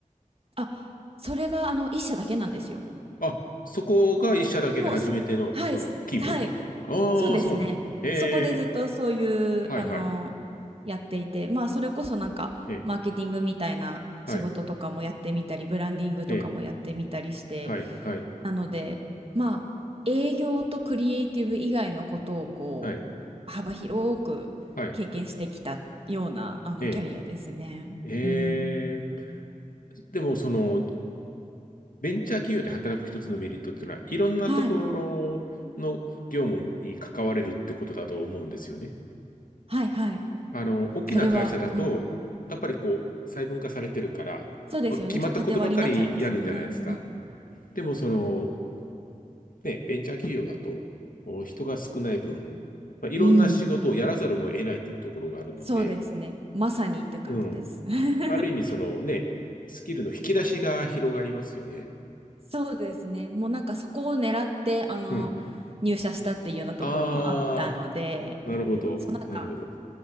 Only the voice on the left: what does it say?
あ、そこが一社だけで初めての、
その、
勤務ああー、
そう。ええ、
はいはい。
ええ、
はい、
ええ、はい、はい、
はい、
はい。
ええ、
ええ。
でも、その、ベンチャー企業で働く一つのメリットっていうのは、いろんなところの業務に関われるってことだと思うんですよね。
あの、大きな会社だと、
やっぱりこう、細分化されてるから、
決まったことばかりやるんじゃないですか。
でも、その、ね、ベンチャー企業だと、お人が少ない分、まあ、いろんな仕事をやらざるを得ないというところがあるので、
うん。
ある意味、そのね、スキルの引き出しが広がりますよね。
うん。
ああ、なるほど。
なるほど。